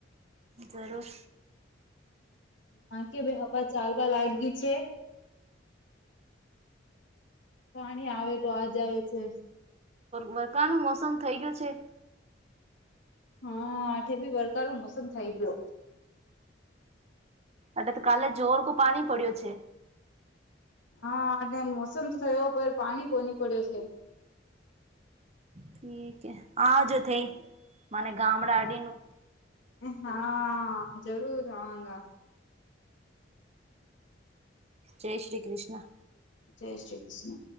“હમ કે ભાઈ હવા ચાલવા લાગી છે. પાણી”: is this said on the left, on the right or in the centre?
Left